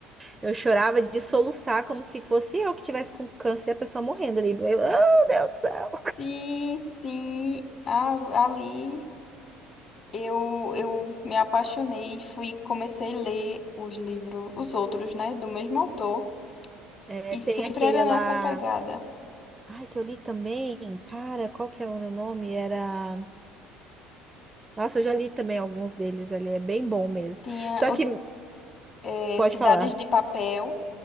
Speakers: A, on the right; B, on the left.
A: Eu chorava de soluçar como se fosse eu que tivesse com câncer e a pessoa morrendo ali. Eu, oh, Deus do céu.
B: Sim, sim, a- ali. Eu, eu me apaixonei e fui, comecei a ler os livros, os outros, né, do mesmo autor,
A: É,
B: e
A: tem
B: sempre
A: aquele
B: era
A: lá.
B: nessa pegada.
A: Ai, que eu li também. Cara, qual que é o nome? Era. Nossa, eu já li também alguns deles ali. É bem bom mesmo.
B: Tinha
A: Só que,
B: o- eh,
A: pode
B: Cidades
A: falar.
B: de Papel,